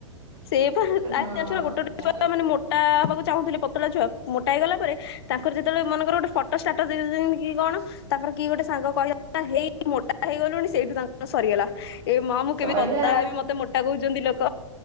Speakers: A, on the left; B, on the right.
A: ସେଇଆ ପା ଜାଣିଚୁ
B: ହଁ।
A: ନା ଗୋଟେ ଗେଟେ
B: ହୁଁ
A: ଛୁଆ ମାନେ ମୋଟା ହେବାକୁ ଚାହୁଁଥିଲେ ପତଳା ଛୁଆ ମୋଟା ହେଇଗଲା ପରେ <inaudible> ତାଙ୍କର ଯେତେବେଳେ ମନେକର ଗୋଟେ ଫଟୋ ଷ୍ଟାଟସ ଦେଇଉଛନ୍ତି କି କଣ ତାଙ୍କର କିଏ ଗୋଟେ ସାଙ୍ଗ କହି ହେଇ ମୋଟା ହେଇଗଲୁଣି ସେଇଠୁ ତାଙ୍କର ସରିଗଲା ଏ ମା ମୁଁ
B: ସଇଲା
A: କେବେ ପତଳା ହେବି ମତେ ମୋଟା କହୁଛନ୍ତି ଲୋକ।